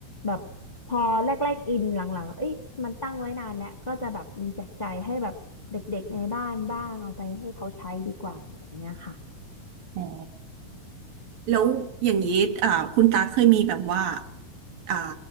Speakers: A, on the left; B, on the right.
A: แบบพอแรกๆอินหลังๆเอ้ยมันตั้งไว้นานแล้วก็จะแบบมีแจกจ่ายให้แบบเด็กๆในบ้านบ้างเอาไปให้เขาใช้ดีกว่าแบบเนี้ยค่ะ
B: อ๋อ แล้วอย่างนี้อ่าคุณตาเคยมีแบบว่าอ่า